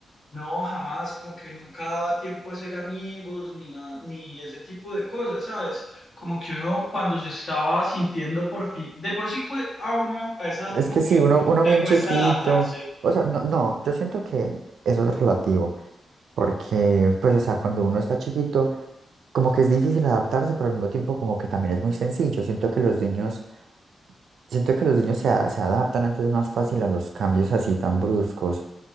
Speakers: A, on the left; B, on the right.
A: No, jamás, como que nunca daba tiempo a hacer amigos ni nada, ni ese tipo de cosas, ¿sabes? Como que uno cuando se estaba sintiendo por fin, de por sí cue- a uno a esa edad
B: Es
A: como
B: que sí,
A: que
B: uno, uno
A: le
B: bien
A: cuesta
B: chiquito,
A: adaptarse
B: o sea, no, no, yo siento que eso es relativo, porque pues, o sea, cuando uno está chiquito, como que es difícil adaptarse, pero al mismo tiempo como que también es muy sencillo. Siento que los niños, siento que los niños se, a- se adaptan antes más fácil a los cambios así tan bruscos.